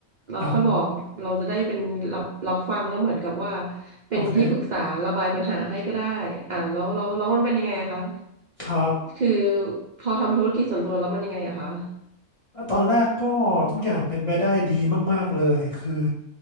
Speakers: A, on the right (about 70°); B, on the left (about 45°).
A: เราค่อยบอกเราจะได้เป็นรับรับฟังแล้วเหมือนกับว่า
B: อ่าฮะ
A: เป็นที่ปรึกษาระบายปัญหาให้ก็ได้อ่าแล้วแล้วแล้วมันเป็นยังไงอะคะ
B: โอเคครับ
A: คือพอทำธุรกิจส่วนตัวแล้วมันยังไงอะคะ
B: ตอนแรกก็ทุกอย่างเป็นไปได้ดีมากๆเลยคือ